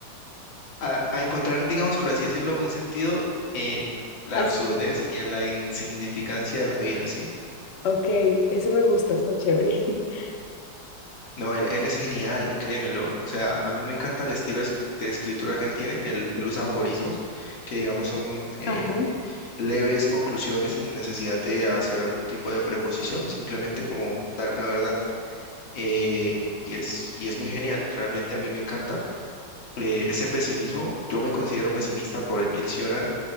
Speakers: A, on the left (about 85°); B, on the left (about 45°).
A: a, a encontrar, digamos, por así decirlo, un sentido en la
B: así.
A: absurdez y en la insignificancia de la vida, ¿sí?
B: Ok, eso me gusta, está chévere. <laughs>
A: No, él, él es genial, créemelo. O sea, a mí me encanta el estilo es- de escritura que él tiene. Él, él usa aforismos que, digamos, son eh,
B: Ajá.
A: leves conclusiones sin necesidad de hacer algún tipo de preposición, simplemente como dar una verdad. Eh, y es, y es muy genial, realmente a mí me encanta. eh, ese pesimismo, yo me considero pesimista por Emil Cioran